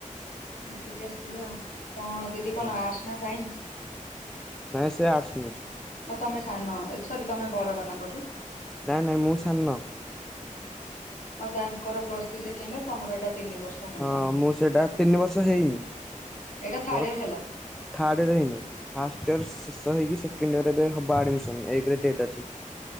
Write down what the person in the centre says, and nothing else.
ହୁଁ
ନାଇଁ ସେ ଆର୍ଟସ <unintelligible>
ନାଇଁ ନାଇଁ, ମୁଁ ସାନ।
ହଁ, ମୁଁ ସେଇଟା ତିନି ବର୍ଷ ହେଇନି,
ମୋର
ଥାର୍ଡ଼ ଇଅର ହେଇନି, ଫାଷ୍ଟ ଇୟର୍ ଶେଷ ହେ ହୋଇକି ସେକେଣ୍ଡ ଇୟରରେ ଏବେ ହେବ ଆଡ଼ମିସନ୍ ଏକରେ ଡେଟ୍ ଅଛି।